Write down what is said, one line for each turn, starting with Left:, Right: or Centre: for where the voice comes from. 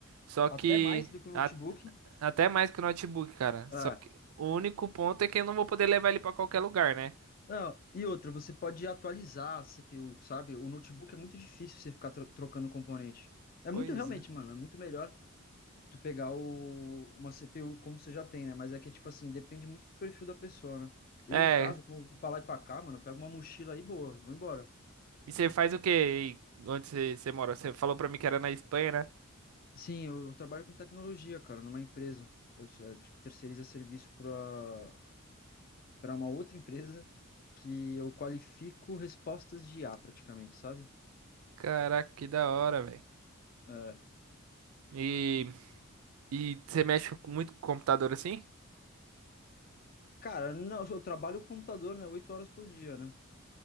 Right: Só que
Left: Até mais do que o notebook.
Right: a- até mais que o notebook, cara.
Left: É.
Right: Só que o único ponto é que eu não vou poder levar ele pra qualquer lugar, né?
Left: Não, e outra, você pode atualizar a CPU, sabe? O notebook é muito difícil você ficar tro- trocando componente. É
Right: Pois
Left: muito realmente,
Right: é.
Left: mano, é muito melhor tu pegar o, uma CPU como você já tem, né? Mas é que, tipo assim, depende muito do perfil da pessoa, né? Eu,
Right: É,
Left: no caso, como pra lá e pra cá, mano, eu pego uma mochila aí, boa, vou embora.
Right: e você faz o quê? aí, Onde você, você mora? Você falou pra mim que era na Espanha, né?
Left: Sim, eu trabalho com tecnologia, cara, numa empresa. Eu sou- é, tipo, terceiriza serviço pra, para uma outra empresa que eu qualifico respostas de I A praticamente, sabe?
Right: Caraca, que da hora, velho.
Left: É.
Right: E E você mexe muito com computador assim?
Left: Cara, não, eu trabalho com computador, né? Oito horas por dia, né?